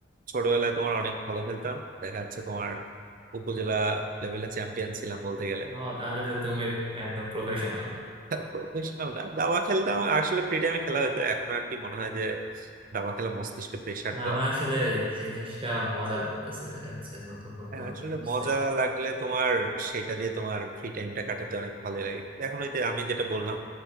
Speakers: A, on the right; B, on the right.
A: ছোটবেলায় তোমার অনেক ভালো খেলতাম দেখা যাচ্ছে তোমার উপজেলা লেভেলে চ্যাম্পিয়ন ছিলাম বলতে গেলে
B: ও তাহলে তো তুমি একদম প্রফেশনাল
A: প্রফেশনাল না দাবা খেলতাম আসলে ফ্রি টাইমে খেলা হতো এখন আর কি মনে হয় যে দাবা খেলা মস্তিষ্কে প্রেসার
B: না
A: দেওয়া
B: আমার আসলে জিনিসটা মজা লাগতেছে হচ্ছে নতুন নতুন
A: হ্যাঁ, আসলে
B: আসছে
A: মজা লাগলে তোমার সেটা দিয়ে তোমার ফ্রি টাইমটা কাটাতে অনেক ভালোই লাগে এখন ওই যে আমি যেটা বললাম